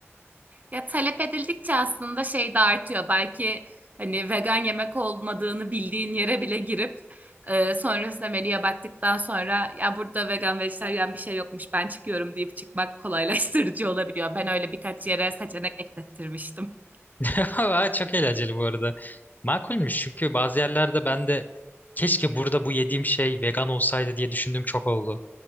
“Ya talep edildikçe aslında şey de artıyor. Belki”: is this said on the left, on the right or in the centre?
Right